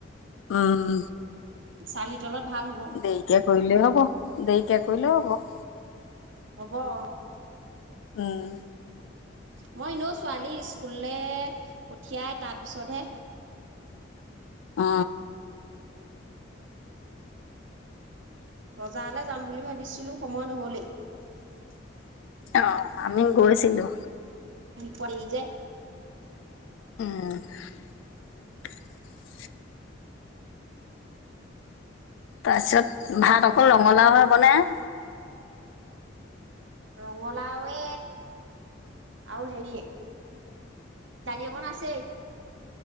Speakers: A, on the left; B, on the right.
A: উম
B: চালি তলত ভাল হ'ব
A: দেৱিকে কৰিলেও হ'ব দেৱিকে কৰিলেও হব
B: হ'ব অ
A: উম
B: মই এনেও ছোৱালী স্কুললৈ পঠিয়াই তাৰপিছতহে,
A: অ
B: বজাৰলৈ যাম বুলি ভাবিছিলো সময় নহলেই।
A: অহ। আমি গৈছিলো।
B: পোৱাইযে,
A: উম তাৰপিছত ভাত অকল ৰঙালাও হয় বনাই।
B: ৰঙালাওয়ে আৰু হেৰি দালি অকন আছেই।